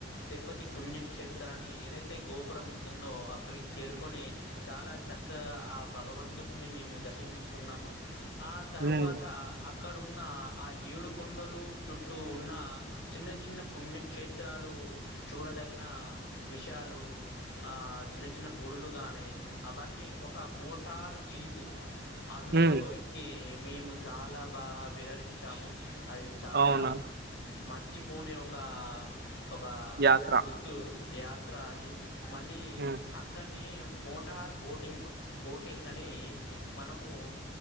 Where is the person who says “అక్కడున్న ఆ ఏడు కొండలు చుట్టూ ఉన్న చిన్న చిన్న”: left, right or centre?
Left